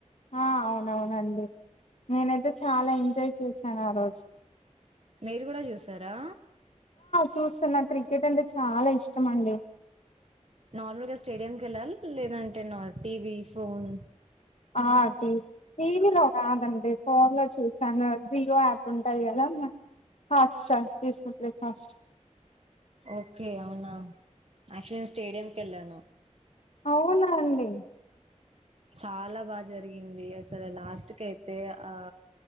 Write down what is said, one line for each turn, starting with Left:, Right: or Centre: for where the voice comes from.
Left: ఆ అవునవునండి నేనైతే చాలా ఎంజాయ్ చేశాను ఆ రోజు
Right: మీరు కూడా చూసారా
Left: చూస్తాను నా క్రికెట్ అంటే చాలా ఇష్టం అండి
Right: నార్మల్గా స్టేడియంకి వెళ్ళాలి లేదంటే టీవీ ఫోన్
Left: ఆ టీ టీవీ లో రాదండి ఫోన్ లో చూసాను జియో యాప్ ఉంటాయి కదా హాట్స్టార్ డిస్నీ హోస్ట్స్టర్
Right: ఓకే అవునా అక్టుఅల్లీ స్టేడియమ్ క వెళ్ళాను
Left: అవునా అండి
Right: చాలా బాగా జరిగింది అసలు లాస్ట్ క అయితే ఆ